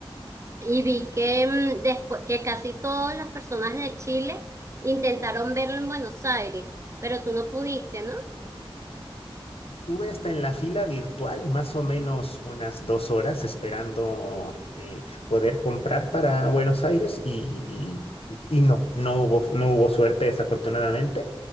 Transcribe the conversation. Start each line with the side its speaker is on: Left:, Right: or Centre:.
Right: y vi que, mm, despu- que casi todas las personas de Chile intentaron verlo en Buenos Aires, pero tú no pudiste, ¿no?
Left: Estuve hasta en la fila virtual, más o menos unas dos horas esperando eh, poder comprar para Buenos Aires y, y- y- y no, no hubo, no hubo suerte desafortunadamente.